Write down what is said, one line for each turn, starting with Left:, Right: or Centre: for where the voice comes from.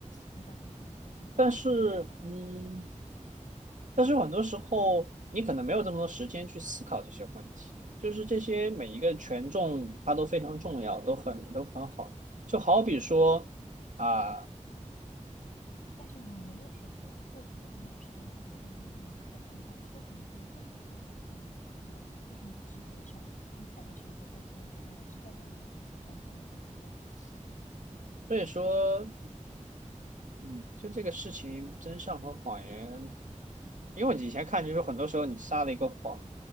Left: 你到底选择真相还是选择谎言这种说法。
Right: 但是，嗯。但是很多时候你可能没有这么多时间去思考这些问题，就是这些每一个权重它都非常重要，都很都很好。就好比说啊，
Left: 但是你没有选择做决，没有时间做决定的那一刻当下，就是你自己本人做的决定，对吧？就是你直觉上，你下意识所做出的决定，也是代表你自己当下某一个想法。
Right: 所以说，嗯，就这个事情，真相和谎言，因为我以前看就是很多时候你撒了一个谎，